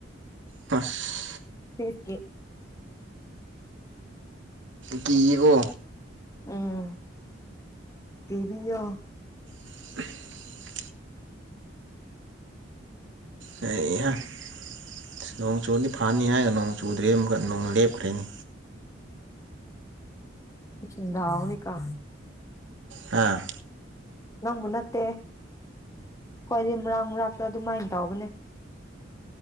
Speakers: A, on the right; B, on the left.
A: ꯑꯁ
B: <inaudible>
A: ꯀꯤꯌꯦꯀꯣ
B: ꯎꯝ ꯀꯤꯕꯤꯌꯣ
A: <inaudible> ꯍꯩꯍꯥ ꯑꯁ ꯅꯣꯡ ꯆꯨꯗꯤ ꯐꯅꯤ ꯍꯥꯏꯔꯒ ꯅꯣꯡ ꯆꯨꯗ꯭ꯔꯦ ꯑꯃꯨꯛꯀ ꯅꯣꯡ ꯂꯦꯞꯈ꯭ꯔꯦꯅꯦ
B: <unintelligible> ꯗꯥꯎꯅꯤꯀꯥ
A: ꯍꯥꯥ
B: ꯅꯪꯕꯨ ꯅꯠꯇꯦ ꯈꯣꯏꯗꯤ ꯃꯔꯥꯡ ꯃꯔꯥꯛꯇ ꯑꯗꯨꯃꯥꯏꯅ ꯇꯧꯕꯅꯦ